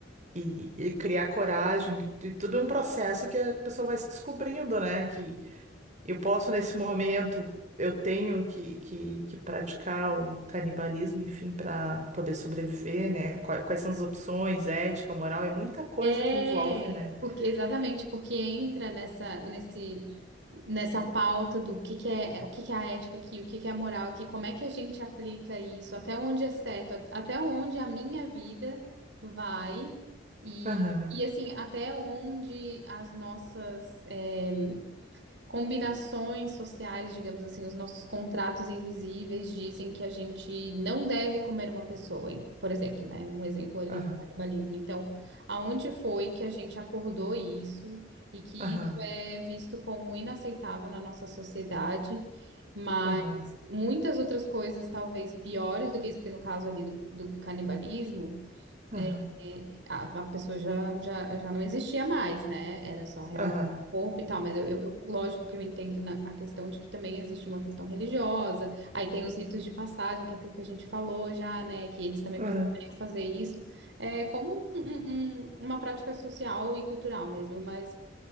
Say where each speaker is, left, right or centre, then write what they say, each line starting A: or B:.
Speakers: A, on the right; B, on the right.
A: E, e criar coragem, e tu- e tudo é um processo que a pessoa vai se descobrindo, né? Que eu posso, nesse momento, eu tenho que, que, que praticar o canibalismo, enfim, para poder sobreviver, né? Qua- Quais são as opções, ética, moral, é muita coisa
B: É,
A: que envolve, né?
B: porque exatamente, porque entra nessa nesse nessa pauta do que que é, o que que é a ética aqui, o que que é a moral aqui, como é que a gente aplica isso, até onde é certo, a- até onde a minha vida vai e,
A: Aham,
B: e assim, até onde as nossas eh, combinações sociais, digamos assim, os nossos contratos invisíveis dizem que a gente não deve comer uma pessoa, em- por exemplo, né? Um exemplo ali
A: aham,
B: do canibalismo. Então, aonde foi que a gente acordou isso e que
A: aham,
B: isso é visto como inaceitável na nossa sociedade? Mas
A: aham,
B: muitas outras coisas, talvez piores do que isso, porque no caso ali do, do canibalismo.
A: aham,
B: E a, a pessoa já, já, já não existia mais, né? Era só realmente
A: aham,
B: o corpo e tal, mas eu, eu- eu- lógico que eu entendo na, a questão de que também existe uma questão religiosa, aí tem os ritos de passagem, que é aquilo que a gente falou já, né? Que eles também
A: aham,
B: precisariam fazer isso, é como um- um- um- uma prática social e cultural mesmo, mas.